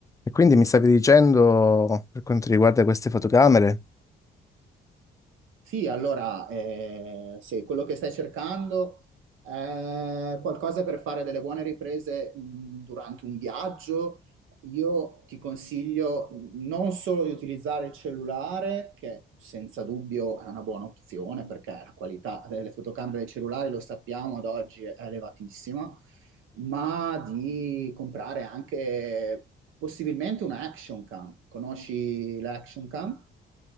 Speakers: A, on the left (about 15°); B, on the right (about 85°).
A: E quindi mi stavi dicendo, per quanto riguarda queste fotocamere,
B: Sì, allora, eh, se quello che stai cercando è qualcosa per fare delle buone riprese mh, durante un viaggio, io ti consiglio non solo di utilizzare il cellulare, che senza dubbio è una buona opzione perché la qualità delle fotocamere dei cellulari, lo sappiamo, ad oggi è elevatissima, ma di comprare anche possibilmente una action cam. Conosci l'action cam?